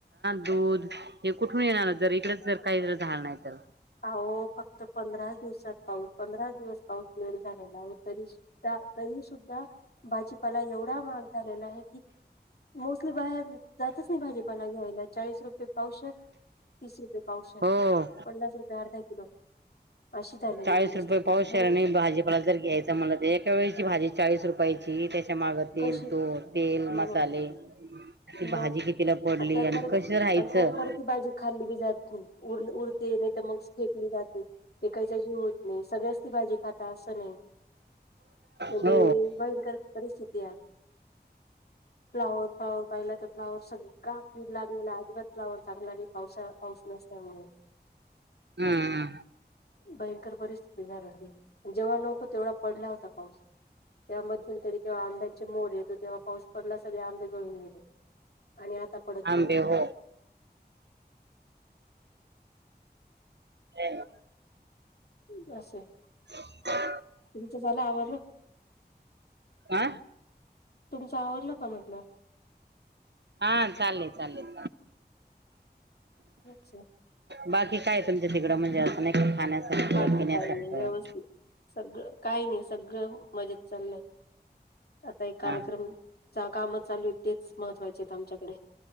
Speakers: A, on the right; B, on the left.
A: दूध हे कुठून येणार जर इकडच जर काही जर झालं नाही तर?
B: आहो, फक्त पंधराच दिवसात पाऊस पंधरा दिवस पाऊस लेट झालेला आहे तरी तरी सुद्धा भाजीपाला एवढा महाग झालेला आहे कि मोस्टली बाहेर जातच नाही भाजीपाणा घ्यायला चाळीस रुपये पावशर तीस रुपये पावशर,
A: हो
B: पन्नास रुपये किलो अशी झालेली
A: चाळीस
B: परिस्थिती
A: रुपये पावशर
B: म्हणून
A: भाजीपाला जर घ्यायचं म्हण तर एका वेळेची भाजी चाळीस रुपयाची मागं तेल
B: कशी
A: तो तेल
B: म
A: मसाले ती
B: मग
A: भाजी कितीला पडली
B: आणि त्यात पर
A: कशी राहायचं
B: आणि त्यात परती बाजी खाल्ली बी जात नाही उर उरते नाही तर मग फेकली जाते फेकायचा जीव होत नाही सगळ्याच ती भाजी खात असं नाही म्हणजे
A: हो
B: भयंकर परिस्थिती फ्लावर, फ्लावर पाहिला तर फ्लावर सगळळा कीड लागलेला आजीबात चांग औसा औष नसल्यामुळे
A: हम्म
B: भयंकर परिस्थिती झालेली जेव्हा लोक हो तेवढा पडला होता पाऊस त्या मध्य तरीव्हा आं्या मोर येतो तेव्हा पाऊस पडला सगळे आंबे गळून गेले आणि आता पडत
A: आंबे
B: नाही
A: हो ह
B: अस अस
A: <unintelligible> <unintelligible>
B: तुमचं झालं आवडलं
A: आं
B: तुमच आवरलं का म्हटलं
A: हा चाले चालेल
B: अच्छा
A: बाकी काय तुमच्या तिकडं म्हणजे असं नाही का खाण्यासारखं
B: बाकी
A: पिण्यासारखं
B: काही नाही व्यवस्थित सगळं काही नाही सगळं मजेत चाललं आता एक कार्यक्रम
A: हा
B: काम चालू आहे तेच महत्त्वाचे आमच्याकडे